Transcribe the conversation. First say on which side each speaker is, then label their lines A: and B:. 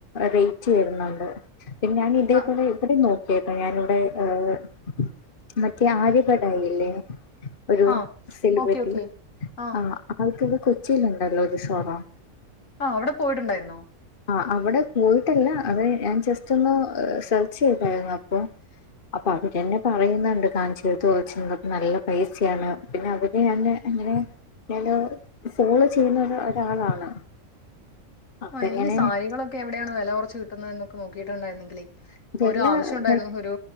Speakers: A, on the left; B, on the left.
A: റൈറ്റി വരുന്നുണ്ട്. പിന്ന ഞാനിതേപോലെ...
B: ക-
A: വിടിം നോക്കിയട്ടോ ഞാനിവിടെ ഏഹ് മറ്റേ ആര്യ ബഡായില്ലേ ഒരു
B: ആ
A: സെലിബ്രിറ്റി
B: ഓക്കെ ഓക്കെ ആ
A: ആഹ് അവുക്കത് കൊച്ചിലുണ്ടല്ലോരു സൊറ.
B: ആഹ് അവിടെ പോയിട്ടുണ്ടായിരുന്നോ..
A: ആഹ് അവിടെ പോയിട്ടല്ല അതെ ഞാൻ ജസ്റ്റ് ഒന്ന് സെർച്ച് ചെയ്തായിരുന്നു അപ്പൊ. അപ്പൊ അവര്ന്നെ പറയുന്നുണ്ട്. കാഞ്ചിരത്ത് ഓയ്ച്ച നല്ല പൈസയാണ് പിന്നെ അവര് എന്നെ ഇങ്ങനെ എന്നെ ഫോളോ ചെയ്യുന്ന ഒരു ഒരാളാണ്. അപ്പ
B: ആഹ് എനിക്ക്
A: ഇങ്ങനെ
B: സാരികളൊക്കെ എവിടെയാണ്‌ വെല കൊറച്ച് കിട്ടുന്നത് എന്നൊക്ക നോക്കിയിട്ട് ഉണ്ടായിരുന്നങ്കിലെ.
A: വില
B: ഒര് ആവശ്യണ്ടായിരുന്നു ഒരു